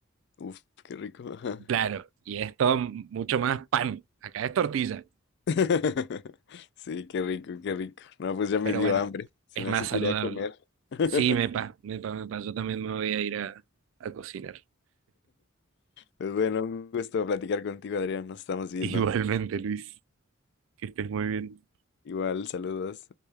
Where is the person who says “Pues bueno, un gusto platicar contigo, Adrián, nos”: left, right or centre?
Left